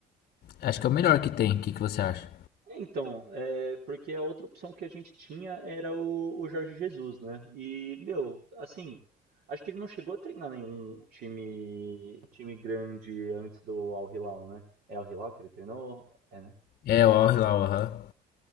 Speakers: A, on the left; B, on the right.
A: Acho que é o melhor que tem. O que que você acha?
B: É, Então, é porque a outra opção que a gente tinha era o, o Jorge Jesus, né? E, meu, assim, acho que ele não chegou a treinar nenhum time time grande antes do Al Hilal, né? É Al Hilal que ele treinou? É, né?
A: É, o Al Hilal, aham.